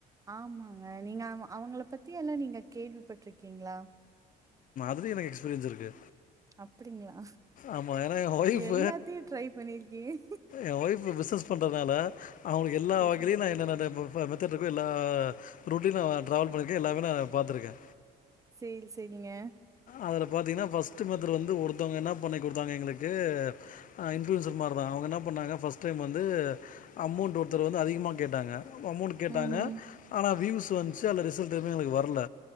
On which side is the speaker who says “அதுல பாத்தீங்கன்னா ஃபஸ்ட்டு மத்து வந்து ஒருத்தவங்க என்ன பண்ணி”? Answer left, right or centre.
Left